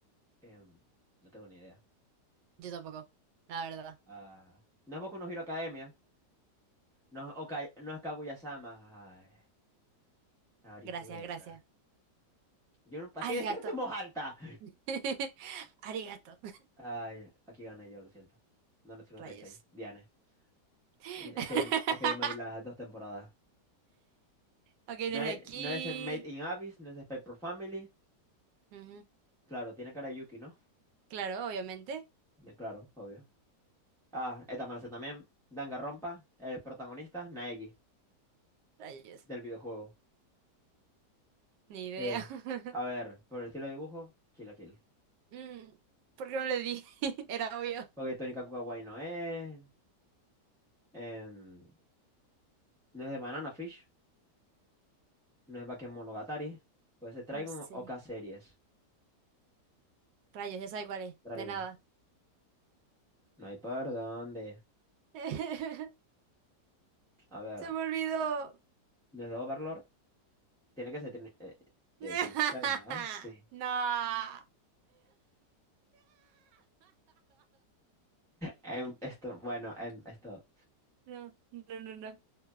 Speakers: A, in the centre; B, on the right.
A: Em, no tengo ni idea.
B: Yo tampoco, la verdad.
A: Ah, no es Boku no Hero Academia. No es, Oka- no es Kaguya-sama. Ay, Arifureta.
B: Gracias, gracias.
A: Yo no, ¿para
B: Arigato.
A: qué describiste en voz alta?
B: <laughs> Arigato.
A: Ay, aquí gané yo, lo siento. No, no, no
B: Rayos.
A: estáis ahí. Diane.
B: <laughs>
A: Es que, yo, es que yo me vi las dos temporadas.
B: Ok, desde
A: No, es-
B: aquí.
A: no es en Made in Abyss, no es Spy for Family.
B: Ujú.
A: Claro, tiene cara de Yuki, ¿no?
B: Claro, obviamente.
A: Eh, Claro, obvio. Ah, esta me la sé también. Danganronpa, el protagonista, Naegi,
B: Rayos.
A: del videojuego.
B: Ni idea.
A: Eh,
B: <laughs>
A: a ver, por el estilo de dibujo, Kill la Kill.
B: Mm, ¿Por qué no le di? <laughs> Era obvio.
A: Porque Tony Kakuga Guay no es. em, no es de Banana Fish, no es Bakemonogatari, puede ser Trigun
B: No sé.
A: o K-Series.
B: Rayos, ya sabe cuál es.
A: Trigun,
B: De nada.
A: no hay por dónde.
B: <laughs>
A: A ver,
B: Se me olvidó.
A: no es de Overlord, tiene que ser Trin- eh, de
B: <laughs>
A: Trinity Seven, ¿verdad? Sí.
B: No. No,
A: Em, esto, bueno, em, esto.
B: no, no, no. no.